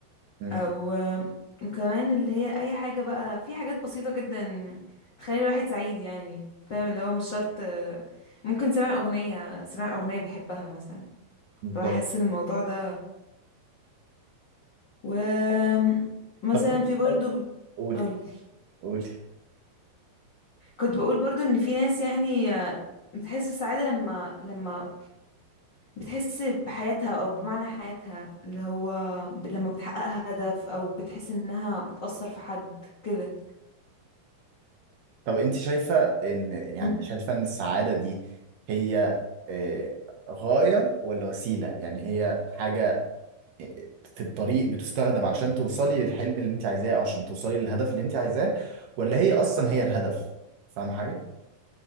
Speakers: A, on the right (about 70°); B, on the left (about 70°).
A: مم.
B: او آه، وكمان اللي هي اي حاجه بقى في حاجات بسيطه جدا تخلي الواحد سعيد يعني فاهم اللي هو مش شرط آه، ممكن سمع اغنيه سمع اغنيه بيحبها مثلا
A: بالظبط
B: فبحس ان الموضوع ده و مثلا
A: طب انت
B: في برضو
A: شايف قولي
B: قولي
A: قولي
B: كنت بقول برضو ان في ناس يعني آه، بتحس بالسعاده لما لما بتحس بحياتها او بمعنى حياتها اللي هو لما بتحقق هدف او بتحس انها بتأثر في حد كده
A: طب انت شايفة ان يعني
B: انت
A: شايفة ان السعادة دي هي آه، غاية ولا وسيلة يعني هي حاجة في الطريق بتستخدم علشان توصلي للحلم اللي انت عايزاه او عشان توصلي للهدف اللي انت عايزاه ولا هي اصلا هي الهدف فاهم حاجه